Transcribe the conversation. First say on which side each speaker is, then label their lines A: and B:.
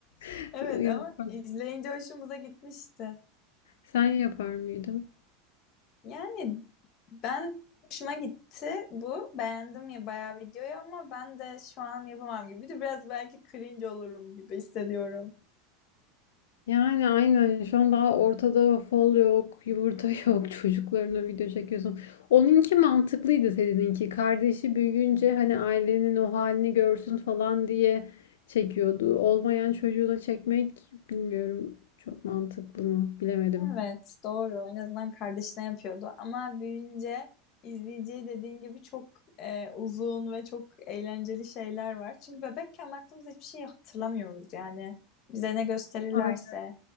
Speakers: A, on the left; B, on the left.
A: <laughs>
B: Evet
A: Yok
B: ama
A: bak
B: izleyince hoşumuza gitmişti.
A: sen yapar mıydın?
B: Yani ben hoşuma gitti bu. Beğendim ya bayağı videoyu ama ben de şu an yapamam gibi. bir de Biraz belki cringe olurum gibi hissediyorum.
A: Yani aynen şu an daha ortada fol yok, yumurta yok, <laughs> çocuklarına video çekiyorsun. Onunki mantıklıydı seninki. Kardeşi büyüyünce hani ailenin o halini görsün falan diye çekiyordu. Olmayan çocuğuna çekmek bilmiyorum çok mantıklı mı bilemedim.
B: Evet doğru. En azından kardeşine yapıyordu. Ama büyüyünce izleyeceği dediğin gibi çok e, uzun ve çok eğlenceli şeyler var. Çünkü bebekken baktığımızda hiçbir şey hatırlamıyoruz yani. Bize ne gösterirlerse
A: Aynen.